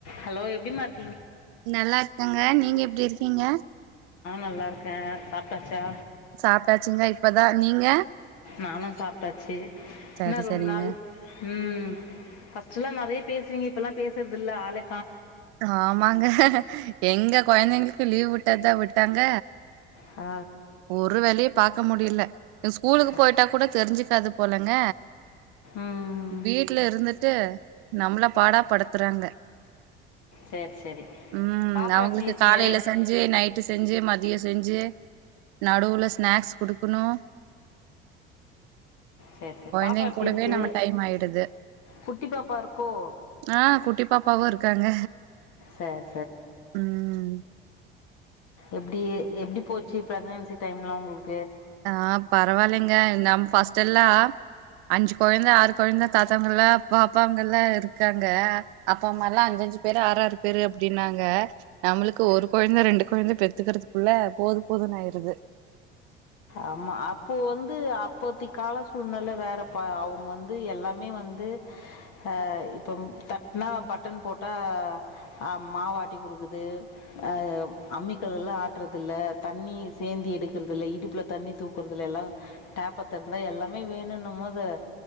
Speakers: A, on the left; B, on the right.
A: ஹலோ எப்டிமார்
B: நல்லார்க்கங்க நீங்க எப்டி இருக்கீங்க
A: நல்லாருக்க சாப்ட்டாச்சா
B: சாப்ட்டாச்சிங்க இப்பதா நீங்க
A: நானு சாப்ட்டாச்சி
B: சரி
A: ன்ன ரொம்
B: சரிங்க
A: நாள் ம் ஃபஸ்ட்டுல்லா நறைய்ப் பேசுவீங்க இப்பல்லா பேசற்துல்ல ஆலை
B: ஆமாங்க எங்க கொயந்தைங்ளு கு லீவ் உட்டாதா உட்டாங்க
A: ஆ
B: ஒரு வேல்யு பாக்க முடிய்ல இந்த ஸ்கூலுக்கு
A: ஆ.
B: போயிட்டா கூட தெரிஞ்சுக்காது போலங்க
A: ம்
B: வீட்ல இருந்துட்டு நம்பள பாடா படுத்துறாங்க
A: சரி சரி
B: ம்
A: பாப்பா
B: அவங்களுக்கு
A: எப்படி இருக்கு
B: காலையில செஞ்சு நைட்டு செஞ்சு செஞ்சு மதியம் செஞ்சு நடுவுல ஸ்நாக்ஸ் குடுக்கணும்
A: சரி சரி
B: குழந்தைங்க
A: பாப்பா எப்படி
B: கூடவே
A: இருக்கு
B: நம்ம டைம் ஆயிடுது
A: குட்டி பாப்பா இருக்கோ
B: ஆ குட்டி பாப்பாவும் இருக்காங்க
A: சரி
B: ம்
A: எப்டி எப்டி போச்சு பிர்க்னன்சி டைம்லாம் உங்களுக்கு
B: ஆ பரவாயில்லைங்க நம் பஸ்ட் எல்லாம் அஞ்சு குழந்த ஆறு குழந்த தாத்தாங்க எல்லாம் பாப்பாங்க எல்லாம் இருக்காங்க அப்பா அம்மா எல்லாம் அஞ்ச அஞ்சு பேரு ஆறாறு பேரு அப்படின்னாங்க நம்மளுக்கு ஒரு குழந்த ரெண்டு குழந்த பெத்துக்கிறதுக்குள்ள போது போதுன்னு ஆயிருது
A: ஆமா அப்போ வந்து அப்பத்தி கால சூழ்நில வேற பா அவங்க வந்து எல்லாமே வந்து ஆ இப்போ தட்னா பட்டன் போட்டா ஆ மாவாட்டி குடுக்குது ஆ அம்மிக்கல் எல்லாம் ஆட்டுறது இல்ல தண்ணி சேந்தி எடுக்கறத இல்லை இடுப் ப்ல தண்ணி தூக்குறதுல எல்லாம் டேப்ப த இருந்தா எல்லாமே வேணும்ன்னும் போது